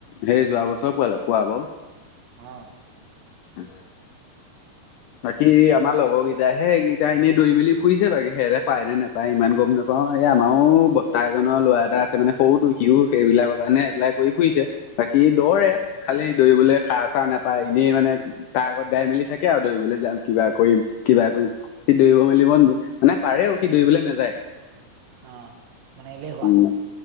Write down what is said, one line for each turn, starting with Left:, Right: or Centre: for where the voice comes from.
Left: সেই যোৱা বছৰ পোৱালে পোৱা বাৰু।
Right: অ'।
Left: উম। বাকী আমাৰ লগৰ কেইটাহে এইকিতা এনেই দৈ মেলি ফুৰিছে বাকী সেহেঁতে পায়নে নোপায় ইমান গম নাপা <unintelligible> আমাৰো বৰ্তা এজনৰ ল'ৰা এটা আছে মানে সৰুটো সিওঁ সেইবিলাকৰ কাৰণে এপ্লাই কৰি ফুৰিছে। বাকী দৌৰে
Right: অ
Left: খালি দৌৰিবলৈ সাৰ চাৰ নাপায় এনেই মানে তাৰ আগত গাই মেলি থাকে আৰু। দৌৰিবলৈ যাম কিবা কৰিম কিবা কৰিম। সি দৌৰিব মেলিব মানে পাৰেও সি দৌৰিবলৈ নাযায়।
Right: অ', মানে এলেহুৱা।
Left: উম,